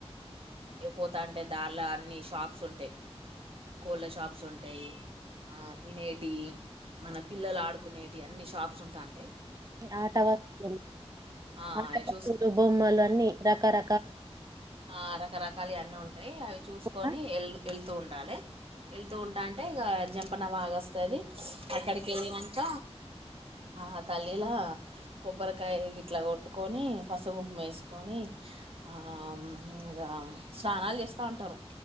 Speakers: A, on the right; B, on the right.
A: ఏపోతా అంటే దానిలో అన్ని షాప్స్ ఉంటాయి, కోళ్ళ షాప్స్ ఉంటాయి, ఆ తినేటి మన పిల్లలు ఆడుకునేటి అన్ని షాప్స్ ఉంటా అంటే
B: ఆట వస్తువులు
A: ఆ
B: ఆట
A: అవి
B: వస్తువులు
A: చూసు
B: బొమ్మలు అన్ని రకరక
A: ఆ రకరకలు అన్నీ ఉంటాయి అవి చూసుకొని
B: కదా,
A: ఎల్ ఎ వెళ్తూ ఉండాలి వెళ్తూ ఉంటా అంటే ఇక జంపన బాగా వస్తది అక్కడికి వెళ్ళినక ఆ తల్లిలా కొబ్బరికాయ ఇట్లా గ కట్టుకొని పసుపుకుంకుమ వేసుకొని ఆ ఇంకా స్నానాలు చేస్తా ఉంటారు